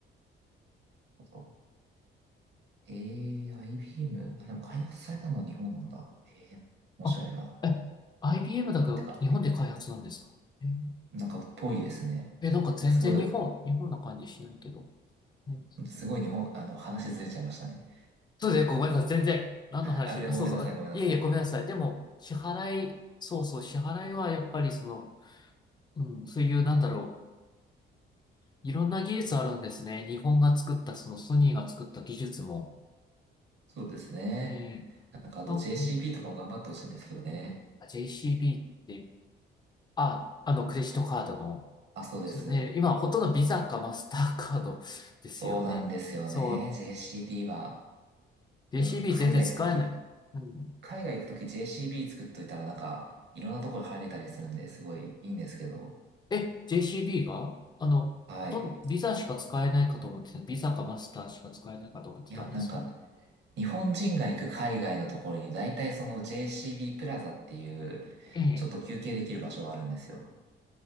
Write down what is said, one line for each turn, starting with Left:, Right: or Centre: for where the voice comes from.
Right: そうえー、IBM。あ、でも開発されたのは日本なんだ。えー、面白いな。
Left: あ、え、IBM だけど、
Right: てか、
Left: 日本で開発なんですかえー
Right: なんか、ぽいですね。
Left: えなんか全然日本、
Right: てか、てかすごい、
Left: 日本な感じしないけど。ね
Right: すごい日本、あの、話ずれちゃいましたね。
Left: そうですね、ごめんなさい。全然、何の話あ、
Right: あ、全然ごめんなさい、
Left: そうそう。あいえいえ、
Right: ごめんなさい。
Left: ごめんなさい。でも、支払い、そうそう、支払いはやっぱりその、うん、そういう、なんだろう、いろんな技術あるんですね。日本が作った、そのソニーが作った技術も。
Right: そうですね。
Left: ねえ、
Right: なんか、あと
Left: あ、
Right: JCB
Left: うん、
Right: とかも頑張ってほしいんですけどね。
Left: あ JCB って、あ、あの、クレジットカードの、
Right: あ、そうです。
Left: そうね、今、ほとんどビザかマスターカードですよね。
Right: そうなんですよね。
Left: そう、
Right: JCB は。
Left: JCB
Right: でもなんか、海外行くとき、
Left: 全然使えない。うん
Right: 海外行くとき JCB 作っといたら、なんか、いろんなところ入れたりするんで、すごいいいんですけど。
Left: え、JCB があの、
Right: はい。
Left: どん、ビザしか使えないかと思ってた。ビザかマスターしか使えないかと思ってたんですけど。
Right: いや、なんか、日本人が行く海外のところに、大体その JCB プラザっていう、
Left: ええ。
Right: ちょっと休憩できる場所があるんですよ。